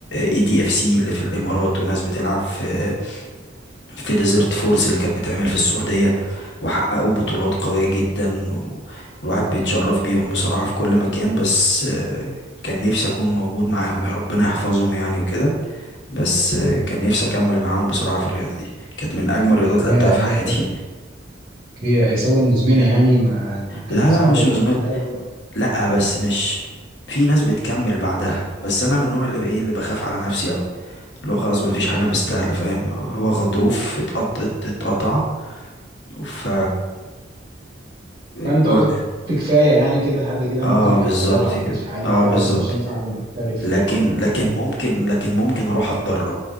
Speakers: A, on the left; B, on the right.
A: اي دي اف سي اللي في الامارات وناس بتلعب في في ديزرت فورس اللي كانت بتعمل في السعوديه وحققوا بطولات قويه جدا و- والواحد بيتشرف بيهم بصراحه في كل مكان بس آه، كان نفسي اكون موجود معاهم يا ربنا يحفظهم يعني وكده بس آه، كان نفسي اكمل معاهم بصراحه في الرياضه دي كانت من اجمل الرياضات اللي
B: هي
A: لعبتها في حياتي
B: كانت هي إصابة مزمنة يعني ما كان
A: لا
B: صعب
A: لا مش
B: اللي
A: مزمن
B: هي تهاج
A: لا بس مش في ناس بتكمل بعدها بس انا من النوع اللي ايه اللي بخاف على نفسي قوي اللي هو خلاص ما فيش
B: اه
A: حاجه مستاهله فاهم هو غضروف اتقطع اتقطع ف
B: فأنت
A: و...
B: قلت كفاية يعني كده لحد كده
A: اه
B: ممكن تبقى
A: بالظبط
B: هواية يلعب ماتش
A: كده
B: عادي
A: اه
B: بتاع
A: بالظبط
B: لكن مش هينفع تبقى محترف
A: لكن
B: والكلام
A: لكن
B: ده
A: ممكن لكن ممكن اروح اتدرب